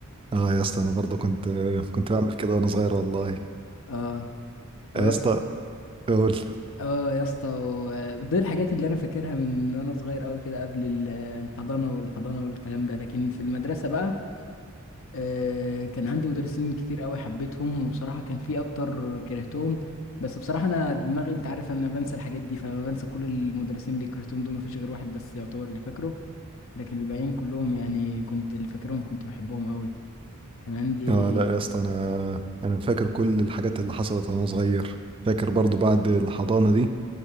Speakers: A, on the right (about 25°); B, on the left (about 65°).
A: اه يا اسطى أنا برضه كنت كنت بعمل كده وأنا صغير والله
B: اه ويا
A: يا اسطى
B: اسطى
A: أقول
B: اه يا اسطى و- دي الحاجات اللي انا فاكرها من ان انا صغير قوي كده قبل ال- الحضانه والحضانه والكلام ده لكن في المدرسه بقى آه، كان عندي مدرسين كتير قوي حبيتهم وبصراحة كان في اكتر كرهتهم بس بصراحة انا دماغي انت عارف انا بنسى الحاجات دي فلما بنسى كل المدرسين اللي كرهتهم دول مفيش غير واحد بس يعتبر اللي فاكره لكن الباقيين كلهم يعني كنت اللي فاكرهم كنت بحبهم قوي كان عندي
A: اه لا يا اسطى أنا أنا فاكر كل الحاجات اللي حصلت وأنا صغير فاكر برضو بعد الحضانة دي